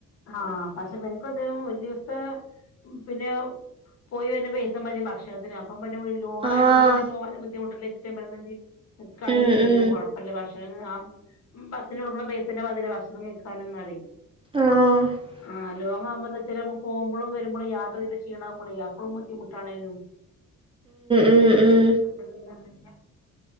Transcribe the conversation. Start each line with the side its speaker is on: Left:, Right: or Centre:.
Left: ആ പക്ഷെ ഇവർക്കും അതെ ഒരു ദിവസത്തെ. പിന്നെ പോയി വരുന്ന പൈസ മതി ഭക്ഷണത്തിന്. <unintelligible> ലോങ്ങ്‌
Right: ആഹ്
Left: ആയതുകൊണ്ട് പിന്നെ പോകാനും ബുദ്ധിമുട്ടല്ലേന്ന് <unintelligible> നിക്കണേ
Right: ഉം
Left: നിന്നോ
Right: ഉം
Left: കുഴപ്പമില്ല ഭക്ഷ ആ ബസ്സിന് കൊടുക്കുന്ന പൈസന്റെ മതി ഭക്ഷണം കഴികാൻ ന്നാല്
Right: ഉം
Left: ആ ലോങ്ങമ്പോ വെച്ചല് പോംമ്പളും വര്മ്പളും യാത്ര ചെയ്ത ഷീണ മ്പളെ അപ്പഴും ബുദ്ധിമുട്ടാണലോ
Right: ഉം ഉം
Left: അത് പിന്നെങ്ങന്നെ